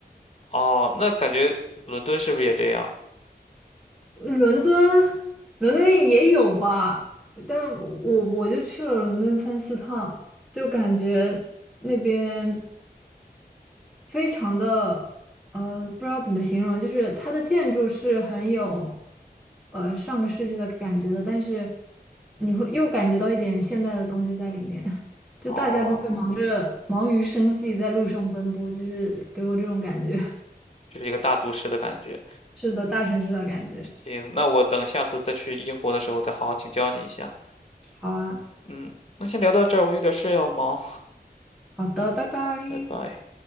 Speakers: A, on the left; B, in the centre.
A: 哦，那感觉伦敦是不是也这样？
B: 伦敦，伦敦也有吧，但我我就去了伦敦三四趟，就感觉那边非常的，呃，不知道怎么形容，就是它的建筑是很有，呃，上个世纪的感觉的，但是你会又感觉到一点现代的东西在里面。<laughs> 就大家都在忙着忙于生计，
A: 哦，
B: 在路上奔波，就是给我这种感觉。
A: 就是一个大都市的感觉。
B: 是的，大城市的感觉。
A: 行，那我等下次再去英国的时候再好好请教你一下。
B: 好啊，
A: 嗯，那先聊到这儿，我有点事要忙，
B: 好的，拜拜。
A: 拜拜。